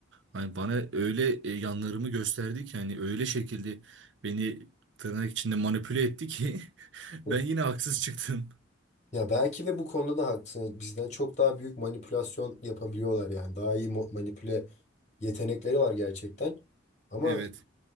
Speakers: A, on the right; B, on the left.
A: Hani bana öyle e, yanlarımı gösterdi ki hani öyle şekilde beni tırnak içinde manipüle etti ki <laughs>
B: Hı.
A: ben yine haksız çıktım.
B: Ya belki de bu konuda da haklısın. Hani Bizden çok daha büyük manipülasyon yapabiliyorlar yani. Daha iyi mo- manipüle Yetenekleri var gerçekten. Ama
A: Evet.